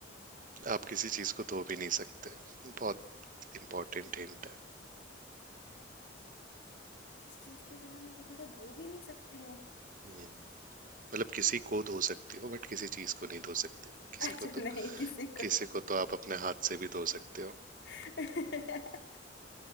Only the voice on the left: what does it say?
इस चीज के बिना मैं किसी को धो भी नहीं सकती हूँ
अच्छा
नहीं
किसी को
<laughs>